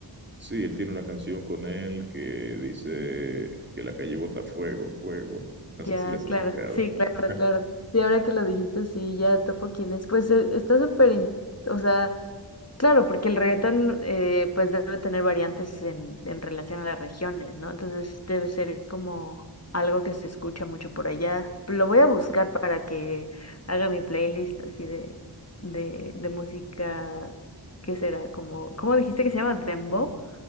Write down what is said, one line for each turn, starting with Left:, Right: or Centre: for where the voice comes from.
Right: Sí, él tiene una canción con él que dice que la calle bota fuego, fuego. No
Left: Ya,
Right: sé si la has escuchado.
Left: claro, sí, claro,
Right: <laughs>
Left: claro. Sí, ahora que lo dijiste, sí, ya topo quién es. Pues eh, está súper, in- o sea, Claro, porque el reggaetón eh, pues debe tener variantes en, en relación a las regiones, ¿no? Entonces debe ser como algo que se escucha mucho por allá. Lo voy a buscar para que haga mi playlist así de, de, de música, ¿qué será? Como, ¿cómo dijiste que se llama? ¿Dembow?